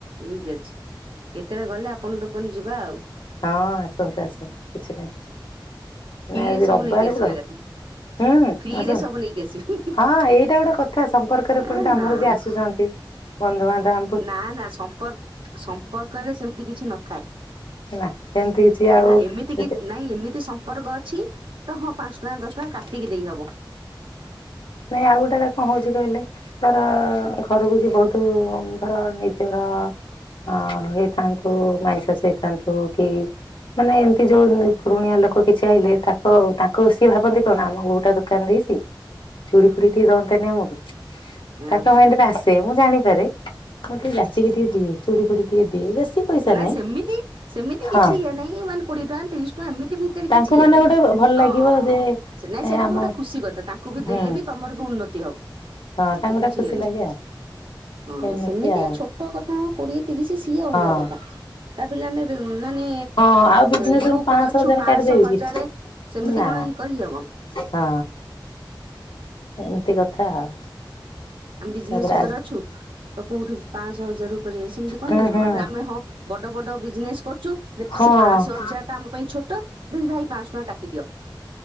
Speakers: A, on the right; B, on the left.
A: ଇକ୍ ଅଛି କେତେବେଳେ ଗଲେ ଆପଣଙ୍କ ଦୋକାନୁ ଯିବା ଆଉ।
B: ହଁ ଆସନ୍ତୁ ଆସନ୍ତୁ କିଛି ନାଇଁ।
A: ଫ୍ରିରେ
B: ନା ଆଜି
A: ସବୁ
B: ରବବାରେ
A: ନେଇକି ଆସିବା
B: ତ
A: ଏକାଥରେ
B: ହୁଁ
A: ଫ୍ରିରେ
B: ଆସନ୍ତୁ।
A: ସବୁ ନେଇକି ଆସିବି।
B: ହଁ ଏଇଟା ଗୋଟେ କଥା ସମ୍ପର୍କରେ ପୁଣି
A: ଏ
B: ତ ଆମର
A: ନାଇଁ
B: ଯିଏ ଆସୁଚନ୍ତି ବନ୍ଧୁବାନ୍ଧ ଆ
A: ନା ନା ସମ୍ପର୍କ ସମ୍ପର୍କରେ ସେମତି କିଛି ନଥାଏ।
B: ନା ସେମିତି କିଛି ଆଉ
A: ହେଲା ଏମିତି
B: ଯେତେ
A: କି ନାଇଁ ଏମିତି ସ ସମ୍ପର୍କ ଅଛି ତ ହଁ ପାଞ୍ଚ ଟଙ୍କା ଦଶ ଟଙ୍କା କାଟିକି ଦେଇହବ।
B: ନାଇଁ ଆଉ ଗୋଟା କଣ ହଉଛି କହିଲେ? ତାର ଘରକୁ ଯ ବହୁତ ଧର ନିଜର ଅ ହେଇଥାନ୍ତୁ ମାଂସସ ହେଇଥାନ୍ତୁ କି ମାନେ ଏମିତି ଯୋଉ ପୁରୁଣିଆ ଲୋକ କିଛି ଆଇଲେ ତାଙ୍କ ତାଙ୍କ ସିଏ ଭାବନ୍ତି କଣ ଆମ ଗୋଉଟା ଦୋକାନ ଦେଇଛି! ଚୁଡ଼ି ଫୁଡି ଟିକେ ଦନ୍ତାନି ଆମକୁ
A: ଓହୋ
B: ତାଙ୍କ ମାଇଣ୍ଡରେ ଆସେ ମୁଁ ଜାଣିପାରେ। ମୁଁ ଟିକେ ବାଛିକି ଟିକେ ଦିଏ ଚୁଡି ଫୁଡି ଟିକେ ଦିଏ ବେଶୀ ପଇସା
A: ନାଇଁ
B: ନାହିଁ।
A: ସେମିତି ସେମିତି
B: ହଁ।
A: କିଛି ଇଏ ନାଇଁ ମାନେ କୋଡିଏ ଟଙ୍କା ତିରିଶ ଟଙ୍କା ଏମିତି ଭିତରେ କିଛି
B: ଲୋକ
A: ଇଏ
B: ମାନେ
A: ନାହିଁ
B: ଗୋଟେ ଭଲ
A: ହଁ।
B: ଲାଗିବ ଯେ
A: ନାଇଁ
B: ଏ
A: ସେଇଟା
B: ଆମ
A: ବି ଗୋଟେ ଖୁସି କ ତାଙ୍କୁ ବି
B: ହୁଁ
A: ଦେଲେ ବି ତମର ବି ଉନ୍ନତି ହବ।
B: ହଁ
A: ସେତିକିଚି
B: ତାଙ୍କୁ ଗୋଟେ ଖୁସି
A: ଇଏ
B: ଲାଗେ ଆଉ
A: ହଁ
B: ଏମିତି
A: ସେମିତି
B: ଆଉ।
A: ଛୋଟ କଥା କୋଡିଏ ତିରିଶ ସିଏ ଅଲଗା
B: ହଁ
A: କଥା ତା ବ ଆମେ ମାନେ
B: ହଁ ଆଉ ବିଜନେସ
A: ଇଏ
B: ମୁଁ
A: ଉପରେ
B: ପାଞ୍ଚଶହ
A: ଅଛୁ
B: ହଜାର
A: ପାଞ୍ଚଶହ
B: କାଟିଦେବି
A: ହଜାର
B: କି
A: ସେମିତି
B: ନା।
A: କଣ ଇ କରିହବ।
B: ହଁ ଏମିତି କଥା ଆଉ।
A: ଆମେ ବିଜନେସ
B: ତାପରେ
A: ଉପରେ
B: ଆ
A: ଅଛୁ ତ କୋଉଠି ପାଞ୍ଚ ହଜାର ଉପରେ ସେମିତି କଣ
B: ହୁଁ
A: ହେଇଯିବ
B: ହୁଁ
A: ତାପରେ ଆମେ ହଁ ବଡ ବଡ ବିଜନେସ କରୁଛୁ
B: ହଁ
A: ସେ ପାଞ୍ଚ ହଜାର ଟା ଆମ ପାଇଁ ଛୋଟ ଦେ ଭାଇ ପାଞ୍ଚଶହ ଟଙ୍କା କାଟିଦିଅ।